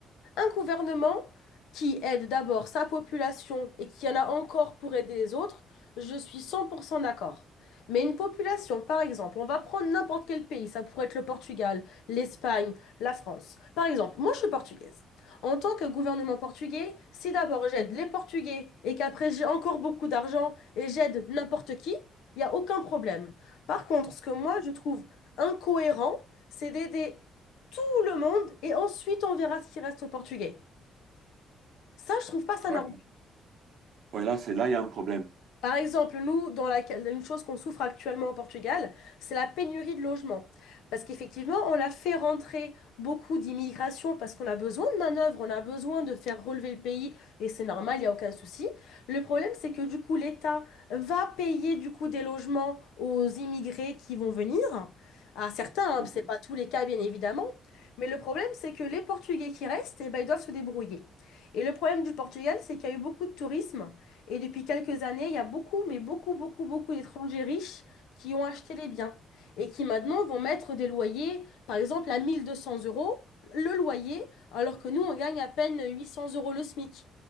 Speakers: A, on the left (about 85°); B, on the right (about 70°).
A: Un gouvernement qui aide d'abord sa population et qui en a encore pour aider les autres, je suis 100% d'accord. Mais une population, par exemple, on va prendre n'importe quel pays, ça pourrait être le Portugal, l'Espagne, la France. Par exemple, moi je suis portugaise. En tant que gouvernement portugais, si d'abord j'aide les Portugais et qu'après j'ai encore beaucoup d'argent et j'aide n'importe qui, il n'y a aucun problème. Par contre, ce que moi je trouve incohérent, c'est d'aider le monde et ensuite on verra ce qui reste aux Portugais. Ça, je trouve pas ça
B: Ouais.
A: normal.
B: Ouais, là, c'est là, il y a un problème.
A: Par exemple, nous, dans laquelle, une chose qu'on souffre actuellement au Portugal, c'est la pénurie de logements. Parce qu'effectivement, on a fait rentrer beaucoup d'immigration parce qu'on a besoin de main-d'œuvre, on a besoin de faire relever le pays, et c'est normal, il n'y a aucun souci. Le problème, c'est que du coup, l'État va payer du coup des logements aux immigrés qui vont venir. À certains, hein,
B: Mhm.
A: c'est pas tous les cas, bien évidemment. Mais le problème, c'est que les Portugais qui restent, eh ben, ils doivent se débrouiller. Et le problème du Portugal, c'est qu'il y a eu beaucoup de tourisme. Et depuis quelques années, il y a beaucoup, mais beaucoup, beaucoup, beaucoup d'étrangers riches qui ont acheté les biens et qui maintenant vont mettre des loyers, par exemple à 1200 euros le loyer, alors que nous, on gagne à peine 800 euros le SMIC.